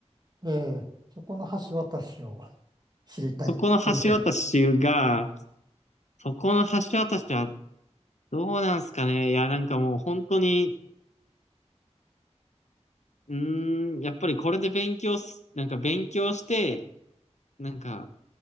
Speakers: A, on the right (about 35°); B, on the left (about 75°).
A: ーええ、そこの橋渡しを知りたいっていうと、
B: そこの橋渡しが、そこの橋渡しはどうなんすかね。いや、なんかもう本当に、うーん、やっぱりこれで勉強す、なんか勉強して、なんか、